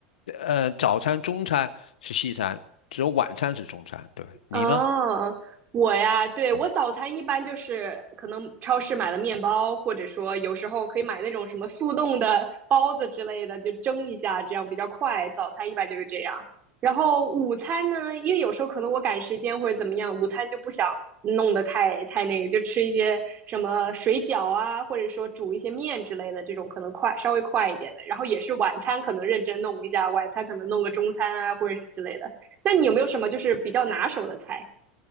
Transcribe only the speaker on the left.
呃，早餐、中餐是西餐，只有晚餐是中餐。对，你呢？
嗯。